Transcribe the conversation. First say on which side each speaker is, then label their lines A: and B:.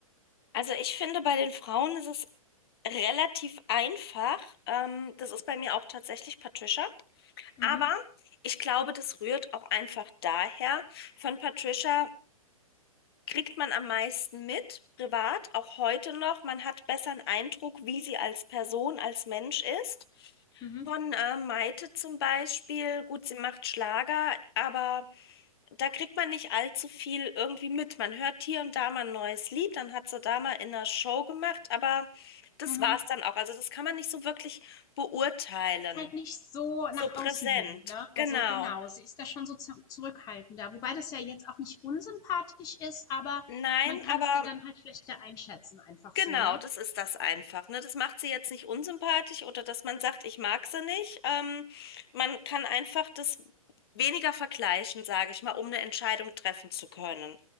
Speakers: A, on the left (about 40°); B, on the left (about 20°).
A: Also ich finde, bei den Frauen ist es relativ einfach. Ähm, das ist bei mir auch tatsächlich Patricia.
B: Mhm,
A: Aber ich glaube, das rührt auch einfach daher. Von Patricia kriegt man am meisten mit, privat, auch heute noch. Man hat besser einen Eindruck, wie sie als Person, als Mensch ist.
B: mhm,
A: Von äh, Maite zum Beispiel, gut, sie macht Schlager, aber da kriegt man nicht allzu viel irgendwie mit. Man hört hier und da mal ein neues Lied, dann hat sie da mal in einer Show gemacht, aber das
B: mhm.
A: war's dann auch. Also das kann man nicht so wirklich beurteilen.
B: Die ist halt nicht so
A: So
B: nach
A: präsent.
B: außen hin, ne?
A: Genau.
B: Also genau, sie ist da schon so zu zurückhaltender, wobei das ja jetzt auch nicht unsympathisch ist, aber
A: Nein,
B: man kann
A: aber
B: sie dann halt schlechter einschätzen, einfach so,
A: Genau,
B: ne?
A: das ist das einfach. Ne? Das macht sie jetzt nicht unsympathisch oder dass man sagt, ich mag sie nicht. Ähm, man kann einfach das weniger vergleichen, sage ich mal, um eine Entscheidung treffen zu können.